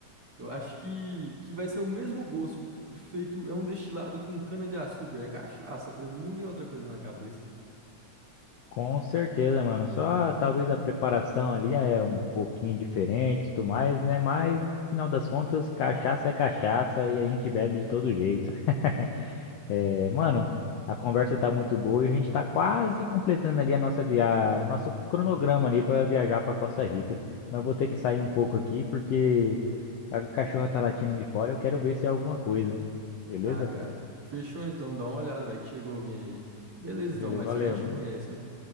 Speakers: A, on the right; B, on the left.
A: Eu acho que, que vai ser o mesmo gosto, feito, é um destilado com cana-de-açúcar, é cachaça, pra mim não vem outra coisa na cabeça.
B: Com certeza, mano. Só talvez a preparação ali é um pouquinho diferente, e tudo mais, né? Mas no final das contas, cachaça é cachaça e a gente bebe de todo jeito. <laughs> É, mano, a conversa tá muito boa e a gente tá quase completando ali a nossa via... nosso cronograma ali para viajar para Costa Rica. Mas eu vou ter que sair um pouco aqui porque a cachorra tá latindo ali fora, eu quero ver se é alguma coisa. Beleza?
A: Ah, cara, fechou então, dá uma olhada, vai que chegou alguém aí. Beleza
B: Beleza,
A: então, mais
B: valeu,
A: tarde a gente
B: mano.
A: conhece, hein?